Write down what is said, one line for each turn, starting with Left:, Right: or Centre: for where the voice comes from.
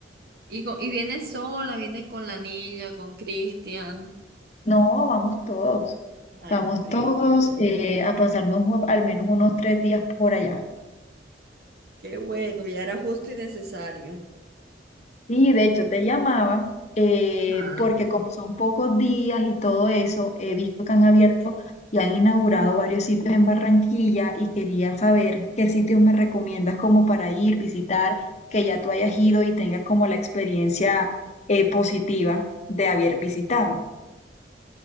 Right: Y, co- y viene sola, viene con la niña, con Cristian.
Left: No, vamos todos,
Right: Ay,
Left: vamos
Right: qué rico.
Left: todos eh, a pasarnos u- al menos unos tres días por allá.
Right: Qué bueno, ya era justo y necesario.
Left: Sí, de hecho te llamaba eh,
Right: Ajá.
Left: porque como son pocos días y todo eso, he visto que han abierto y han inaugurado varios sitios en Barranquilla y quería saber qué sitios me recomiendas como para ir, visitar, que ya tú hayas ido y tengas como la experiencia eh, positiva de haber visitado.